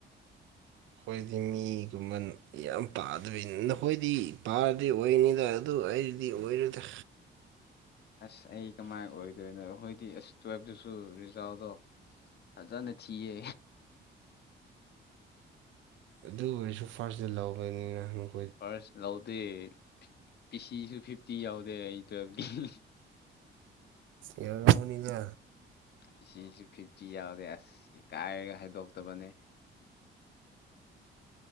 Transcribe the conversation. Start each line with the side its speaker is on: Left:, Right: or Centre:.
Right: ꯑꯩꯈꯣꯏꯗꯤ ꯃꯤꯒꯨꯝꯕꯟ ꯌꯥꯝ ꯄꯥꯗꯕꯤꯅꯤ ꯅꯈꯣꯏꯗꯤ ꯄꯥꯔꯗꯤꯗꯤ ꯑꯣꯏꯅꯤꯗ ꯑꯗꯨ ꯑꯩꯗꯤ ꯑꯣꯏꯔꯨꯗ꯭ꯔ
Left: ꯑꯁ ꯑꯩ ꯀꯃꯥꯏꯅ ꯑꯣꯏꯗꯣꯏꯅꯣ ꯑꯩꯈꯣꯏꯗꯤ ꯑꯁ ꯇꯨꯌꯦꯦꯜꯞꯇꯁꯨ ꯔꯤꯖꯥꯜꯗꯣ ꯐꯖꯅ ꯊꯤꯌꯦ
Right: ꯑꯗꯨ ꯑꯣꯏꯔꯁꯨ ꯐꯥꯔꯁ ꯗꯦ ꯂꯧꯕꯅꯤꯅꯪ
Left: ꯐꯥꯔꯁ ꯂꯧꯗꯦ ꯄꯤ ꯁꯤꯁꯨ ꯐꯤꯐꯇꯤ ꯌꯥꯎꯗꯦ ꯑꯩ ꯇꯨꯋꯦꯜꯐꯀꯤ
Right: ꯌꯧꯔꯝꯒꯅꯤꯗ
Left: ꯤ ꯁꯤꯁꯨ ꯐꯤꯐꯇꯤ ꯌꯥꯎꯔꯦ ꯑꯁ ꯏ ꯀꯥꯏꯔꯒ ꯍꯥꯏꯗꯣꯛꯇꯕꯅꯦ